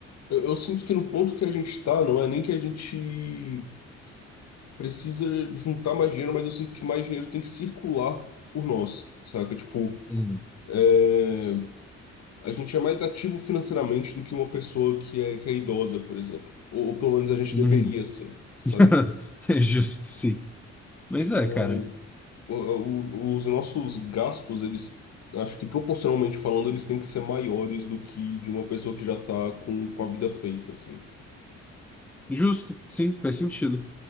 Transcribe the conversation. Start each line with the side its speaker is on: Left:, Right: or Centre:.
Left: Eu, eu sinto que no ponto que a gente tá, não é nem que a gente precisa juntar mais dinheiro, mas eu sinto que mais dinheiro tem que circular por nós, saca? Tipo,
Centre: Uhum.
Left: é, a gente é mais ativo financeiramente do que uma pessoa que é, que é idosa, por exemplo. Ou, ou pelo menos a gente
Centre: Uhum.
Left: deveria ser, sabe?
Centre: <laughs> É justo, sim. Mas
Left: Tipo,
Centre: é,
Left: o-
Centre: cara.
Left: o- os nossos gastos, eles, acho que proporcionalmente falando, eles têm que ser maiores do que de uma pessoa que já tá com, com a vida feita, assim.
Centre: Justo, sim, faz sentido.